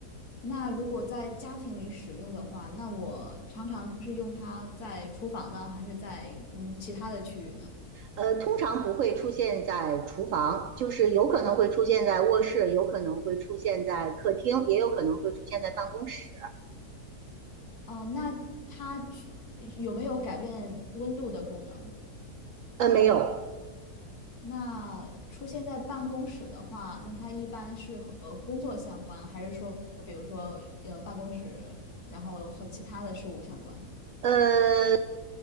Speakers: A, on the left (about 70°); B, on the right (about 65°).
A: 那如果在家庭里使用的话，那我常常是用它在厨房呢，还是在嗯其他的区域呢？
B: 呃，通常不会出现在厨房，就是有可能会出现在卧室，有可能会出现在客厅，也有可能会出现在办公室。
A: 哦，那它去有没有改变温度的功能？
B: 呃，没有，
A: 那出现在办公室的话，那它一般是和工作相关，还是说，比如说，呃，办公室，然后和其他的事物相关？
B: 呃，